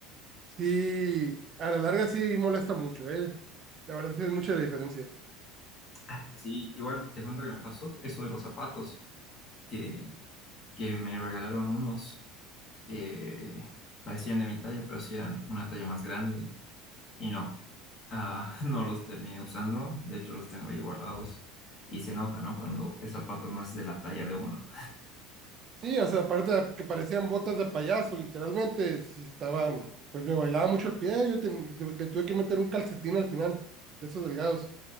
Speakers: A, on the right; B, on the left.
A: Sí, a la larga sí molesta mucho, ¿eh? La verdad sí es mucha la diferencia.
B: Ah, sí, igual te cuento que me pasó eso de los zapatos, que, que me regalaron unos que parecían de mi talla, pero sí eran una talla más grande y no, ah, <laughs> no los terminé usando, de hecho los tengo ahí guardados y se nota, ¿no? Cuando el zapato no es de la talla de uno.
A: Sí, o sea, aparte de que parecían botas de payaso, literalmente, sí estaban, pues me bailaba mucho el pie, yo ten- tu- le tuve que meter un calcetín al final, de esos delgados,